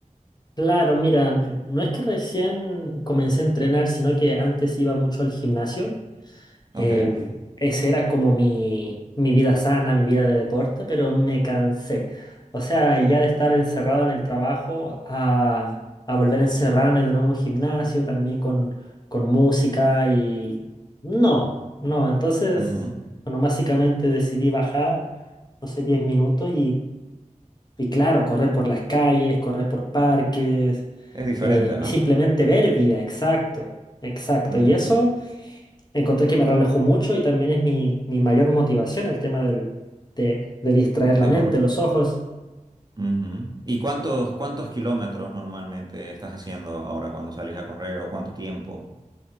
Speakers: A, on the left; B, on the right.
A: Claro, mira, n- no es que recién comencé a entrenar, sino que antes iba mucho al gimnasio. Em,
B: Ok.
A: ese era como mi, mi vida sana, mi vida de deporte, pero me cansé. O sea, ya de estar encerrado en el trabajo a, a volver a encerrarme de nuevo en un gimnasio, también con, con música y... No, no, entonces,
B: Ujú.
A: bueno, básicamente decidí bajar, no sé, 10 minutos Y claro, correr por las calles, correr por parques
B: Es diferente,
A: eh,
B: ¿no?
A: y simplemente ver vida, exacto, exacto.
B: Ujú.
A: Y eso encontré que me relajó mucho y también es mi, mi mayor motivación, el tema del, de, de distraer la
B: De
A: mente,
B: corre-
A: los ojos.
B: Ujú. ¿Y cuántos, cuántos kilómetros normalmente estás haciendo ahora cuando salís a correr o cuánto tiempo?